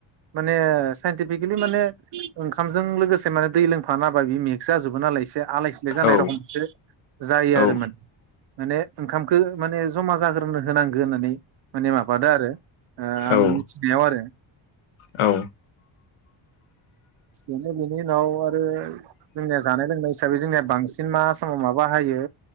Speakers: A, on the right; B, on the left.
A: माने साइन्टिफिकेलि माने ओंखामजों लोगोसे माने दै लोंफानाबा बि मेक्स जाजोबो नालाय एसे एसे आलाय सिलाय जानाय
B: औ
A: रखम मोनसे जायो
B: औ
A: आरो मोन माने ओंखामखौ माने जमा जागोन नो होनांगौ होननानै माने माबादो आरो आं
B: औ
A: मि थिनायाव आरो
B: औ
A: बेनो बेनि उनाव आरो जोंनिया जानाय लोंनाय हिसाबै जोंनिया बांसिन मा समाव माबा हायो